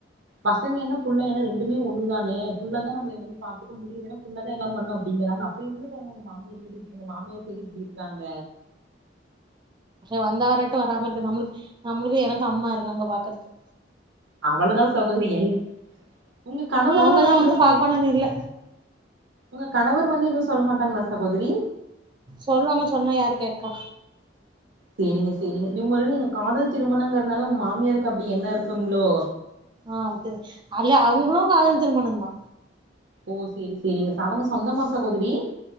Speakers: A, on the right; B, on the right.
A: பசங்க என்ன புள்ளைன்னா ரெண்டுமே ஒன்னுதானே புல்ல தா நம்மள வந்து பாத்துக்க முடியணும் புள்ள தா எல்லா பண்ணு அப்டிங்கறாங்க அப்டி இருந்துங்க மாமியார் வீடு மாமியார் சரி அப்டி இருக்காங்க
B: வந்தா வரட்டு வராம இருக்கட்டு நம்மளுக்கு நம்மளுக்கு எனக்கு அம்மா இருக்காங்க பாக்கறத்துக்கு
A: அவ்வளவுதா சகோதரி எல்ல உங்க கணவர்
B: அவங்கதா
A: எல்லா வந்து எதவும்
B: பாக்கணுன்னு
A: எதுவு
B: இல்ல
A: உங்க கணவர் வந்து எதுவு சொல்ல மாட்டாங்களா சகோதரி
B: சொல்லுவாங்க சொன்னா யாரு கேக்கா
A: சேரிங்க சேரிங்க இவுங்க நீங்க காதல் திருமணங்கிறதுனால உங்க மாமியாருக்கு அப்டி என்ன இருக்குங்ளோ
B: ஆ அப்டி அல்ல அவுங்களு காதல் திருமணமந்தா
A: ஓ சேரி சேரிங்க அவுங்க சொந்தமா சகோதரி